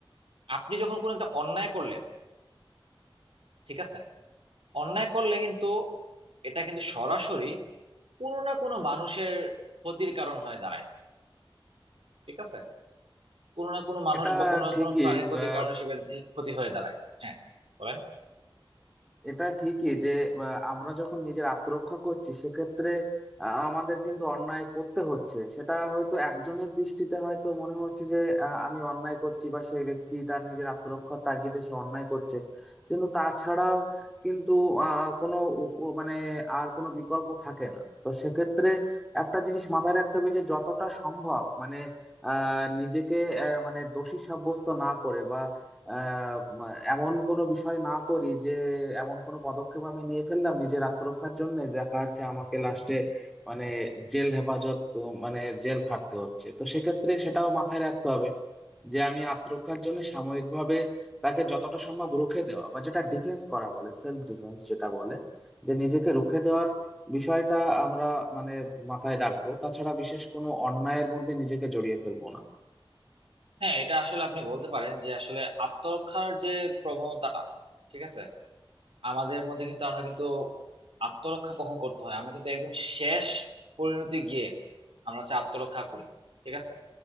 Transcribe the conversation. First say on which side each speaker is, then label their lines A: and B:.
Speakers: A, on the right (about 75°); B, in the centre.
A: আপনি যখন কোন একটা অন্যায় করলেন ঠিক আছে অন্যায় করলে কিন্তু এটা কিন্তু সরাসরি কোনো না কোনো মানুষের ক্ষতির কারণ হয়ে দাঁড়ায় ঠিক আছে কোনো না কোনো মানুষ
B: এটা
A: বা কোনো না
B: ঠিকই
A: কোনো প্রাণীর ক্ষতির
B: আহ,
A: কারণ হিসেবে ক্ষতি হয়ে দাঁড়ায় হ্যাঁ বলেন
B: এটা ঠিকই যে আহ, আমরা যখন নিজের আত্মরক্ষা করছি সেক্ষেত্রে আহ, আমাদের কিন্তু অন্যায় করতে হচ্ছে সেটা হয়তো একজনের দৃষ্টিতে হয়তো মনে হচ্ছে যে আহ, আমি অন্যায় করছি বা সেই ব্যক্তি তার নিজের আত্মরক্ষার তাগিদে সে অন্যায় করছে কিন্তু তাছাড়াও কিন্তু আহ কোনো উপ- মানে আর কোনো বিকল্প থাকে না তো সেক্ষেত্রে একটা জিনিস মাথায় রাখতে হবে যে যতটা সম্ভব মানে আহ নিজেকে আহ, মানে দোষী সাব্যস্ত না করে বা আহ, এমন কোনো বিষয় না করি যে এমন কোনো পদক্ষেপ আমি নিয়ে ফেললাম নিজের আত্মরক্ষার জন্য দেখা যাচ্ছে আমাকে লাস্টে মানে জেল হেফাজত ক- মানে জেল খাটতে হচ্ছে তো সেক্ষেত্রে সেটাও মাথায় রাখতে হবে যে আমি আত্মরক্ষার জন্য সাময়িকভাবে তাকে যতটা সম্ভব রুখে দেওয়া বা যেটা ডিফেন্স করা বলে সেলফ ডিফেন্স যেটা বলে যে নিজেকে রুখে দেওয়ার বিষয়টা আমরা মানে মাথায় রাখবো তাছাড়া বিশেষ কোনো অন্যায়ের মধ্যে নিজেকে জড়িয়ে ফেলবো না
A: হ্যাঁ এটা আসলে আপনি বলতে পারেন যে আসলে আত্মরক্ষার যে প্রবণতাটা ঠিক আছে আমাদের মধ্যে কিন্তু আমরা কিন্তু আত্মরক্ষা কখন করতে হয় আমরা কিন্তু একদম শেষ পরিণতি গিয়ে আমরা হচ্ছে আত্মরক্ষা করি ঠিক আছে